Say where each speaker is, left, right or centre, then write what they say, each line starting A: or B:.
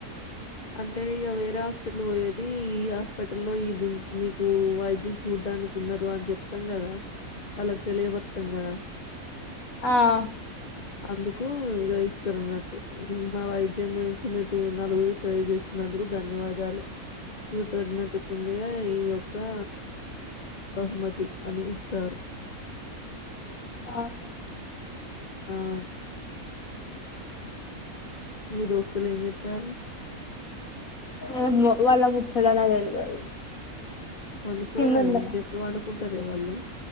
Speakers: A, on the left; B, on the left.
A: అంటే ఇగ వేరే హాస్పిటల్ పోయేది ఈ హాస్పిటల్లో ఇదు మీకు వైద్యులు చూడ్డనుకు ఉండదు అని జెప్తాం గదా అళ్ళకి తెలియబరుతాం గదా
B: ఆ ఆ
A: అందుకు ఇగ ఇస్తరన్నట్టు మా వైద్యం గురించి మీ తో నలుగురి తెలియజేస్తున్నందుకు ధన్యవాదాలు కృతజ్ఞత కిందగా ఈ యొక్కా బహుమతి అని యిస్తారు
B: అవునా
A: ఆ <inaudible> మీ దోస్తులు ఏం జెత్తారు
B: ఏమో వాళ్ళ ముచ్చట నాకు తెల్వదు
A: పండుకోలేదా
B: కిందున్న
A: ఇంకెప్పుడు పండుకుంటారే వాళ్ళు